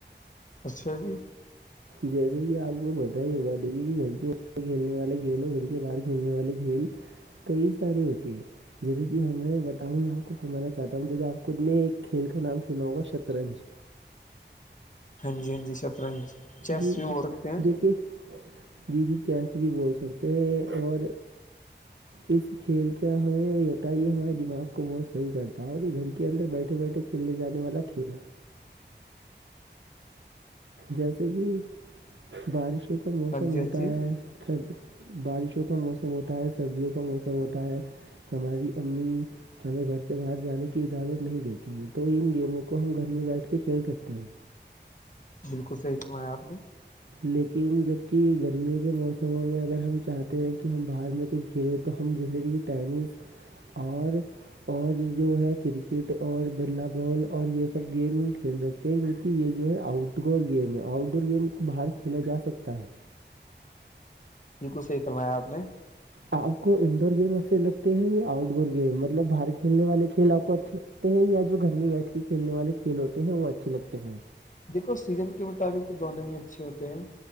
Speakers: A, on the left; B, on the right.
A: اچھا جی
B: جیسے کہ آپ کو پتا ہی ہوگا دیکھیے کہ گھر کے کھیلنے والے کھیل اور گھر کے باہر کھیلنے والے کھیل کئی سارے ہوتے ہیں جیسے کہ ہمیں ہوں میں آپ کو فرمانا چاہتا ہوں جیسے آپ خود نے ایک کھیل کا نام سنا ہوگا شطرنج
A: ہاں جی ہاں جی شطرنج چیس
B: جی
A: بھی بول سکتے ہیں
B: دیکھیے جی جی چیس بھی بول سکتے ہیں اور اس کھیل کا ہمیں ہوتا ہے یہ ہمارے دماغ کو بہت صحیح کرتا ہے اور یہ گھر کے اندر بیٹھے بیٹھے کھیلنے جانے والا کھیل ہے جیسے کہ بارشوں کا موسم
A: ہاں جی
B: ہوتا
A: ہاں جی
B: ہے تب بارشوں کا موسم ہوتا ہے سردیوں کا موسم ہوتا ہے ہماری امی ہمیں گھر سے باہر جانے کی اجازت نہیں دیتی ہیں تو ان گیموں کو ہم گھر میں بیٹھ کے کھیل سکتے ہیں
A: بالکل صحیح فرمایا آپ نے
B: لیکن جب کی گرمیوں کے موسموں میں اگر ہم چاہتے تے ہیں کہ ہم باہر میں کچھ کھیلیں تو ہم جیسے کہ ٹینس اور اور جو ہے کرکٹ اور بلاہ بال اور یہ سب گیم کھیل سکتے ہیں کیونکہ یہ جو ہے آؤٹ ڈور گیم ہے آؤٹ ڈور گیم باہر کھیلا جا سکتا ہے
A: بالکل صحیح فرمایا آپ نے
B: آپ کو انڈور گیم اچھا لگتا ہیں یا آؤٹ ڈور گیم مطلب باہر کھیلنے والے کھیل آپ کو اچھے ل لگتے ہیں یا جو گھر میں بیٹھ کے کھیلنے والے کھیل ہوتے ہیں وہ اچھے لگتے ہیں
A: دیکھو صحت کے مطابق تو دونوں ہی اچھے ہوتے ہیں